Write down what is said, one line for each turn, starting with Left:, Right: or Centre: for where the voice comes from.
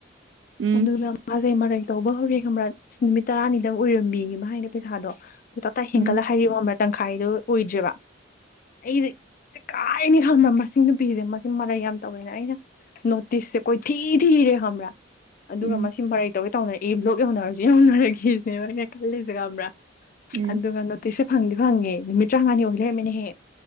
Right: ꯎꯝ
Left: ꯑꯗꯨꯗ ꯅ ꯃꯥꯁꯦ ꯃꯥꯒ ꯇꯧꯕ ꯍꯧꯔꯦ ꯈꯪ꯭ꯔꯥ ꯅꯨꯃꯤꯠ ꯇꯔꯥꯅꯤꯗꯪ ꯑꯣꯏꯔꯝꯃꯤꯒ ꯃꯥ ꯍꯥꯏꯅ ꯄꯩꯁꯥꯗꯣ ꯑꯗꯨ ꯇꯞꯇꯥ ꯍꯦꯟꯒꯠꯂ
Right: ꯎꯝ
Left: ꯍꯥꯏꯔꯤꯕ ꯑꯃ ꯇꯪꯈꯥꯏꯗꯣ ꯑꯣꯏꯗ꯭ꯔꯦꯕ ꯑꯩꯁꯦꯦ ꯀꯥꯏꯅꯤ ꯈꯪꯃꯝꯃꯁꯦ ꯁꯤ ꯅꯨꯄꯤꯁꯦ ꯃꯁꯤ ꯃꯔꯩ ꯌꯥꯝ ꯇꯧꯋꯦꯅꯦ ꯑꯩꯅ ꯅꯣꯇꯤꯁꯁꯦ ꯀꯣꯏꯊꯤ ꯊꯤꯔꯦ ꯈꯪꯕ꯭ꯔꯥ ꯑꯗꯨꯒ
Right: ꯎꯝ
Left: ꯃꯁꯤ ꯃꯔꯩ ꯇꯧꯒꯦ ꯇꯧꯅꯔꯛꯏ ꯕ꯭ꯂꯣꯛ ꯌꯧꯅꯔꯁꯨ ꯌꯧꯅꯔꯒꯁꯤꯅꯦꯕꯅ ꯈꯜꯂꯤꯁꯤꯒ꯭ꯔꯥ
Right: ꯎꯝ
Left: ꯑꯗꯨꯟ ꯉꯅꯣ ꯇꯤꯁ ꯐꯪꯗꯤ ꯐꯪꯉꯦ ꯅꯨꯃꯤꯠ ꯇꯔꯥꯃꯉꯥꯅꯤ ꯑꯣꯏ ꯂꯩꯔꯝꯃꯤꯅꯦꯍꯦ